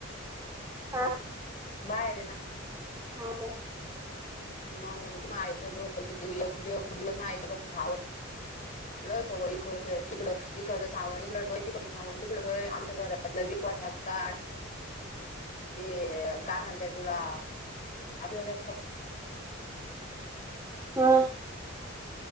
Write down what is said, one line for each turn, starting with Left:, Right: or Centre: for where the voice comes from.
Right: हा.
Left: बाहेर ये ना?
Right: हा का?
Left: <unintelligible> <unintelligible> ते काय म्हणताय तुला आपल्या
Right: हा